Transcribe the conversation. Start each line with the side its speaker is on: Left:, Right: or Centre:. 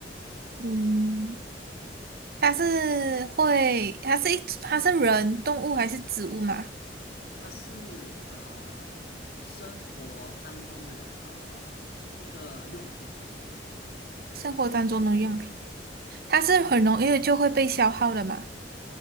Right: 嗯。它是会，它是一，它是人、动物还是植物嘛？
Left: 它是啊、生活当中的啊、一个用品，
Right: 生活当中的用品，它是很容易就会被消耗的嘛？